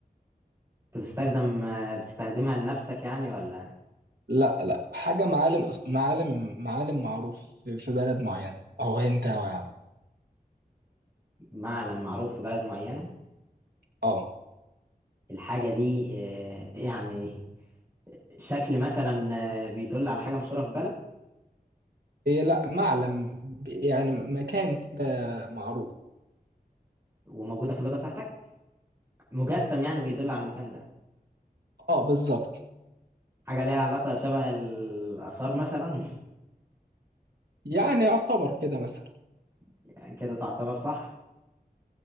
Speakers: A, on the right (about 15°); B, on the right (about 80°).
A: بتستخدم آه، بتستخدمها لنفسك يعني ولا
B: لا لا حاجة معالم أص- معالم معالم معروف في في بلد معين أو أنت أو يا عم
A: معلم معروف في بلد معينة
B: اه
A: الحاجة دي آه، <laughs> يعني شكل مثلا آه، بيدل على حاجة مشهورة في بلد
B: إيه لا معلم ب- يعني مكان كده معروف
A: وموجودة في الأوضة بتاعتك مجسم يعني بيدل على المكان ده
B: اه بالظبط
A: حاجة ليها علاقة شبه الآثار مثلا
B: يعني يعتبر كده مثلا
A: <laughs> يعني كده تعتبر صح